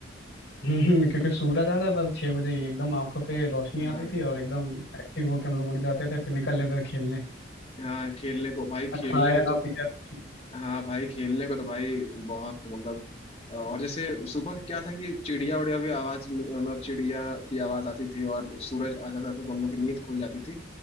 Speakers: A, on the left; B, on the left.
A: हम्म, क्योंकि सूरज आ जाता था छह बजे ही, एकदम आंखों पे रोशनी
B: हाँ
A: आती थी और एकदम एक्टिव होके हम लोग उठ जाते थे फिर निकल लेते थे खेलने
B: हाँ खेलने को भाई खेलने
A: ना खाया
B: के लिए
A: ना
B: तो
A: पिया कुछ
B: हाँ भाई खेलने को तो भाई बहुत मतलब और जैसे सुबह के क्या था कि चिड़िया उड़िया भी आवाज मतलब चिड़िया की आवाज आती थी और सूरज आ जाता था तो हम लोग की नींद खुल जाती थी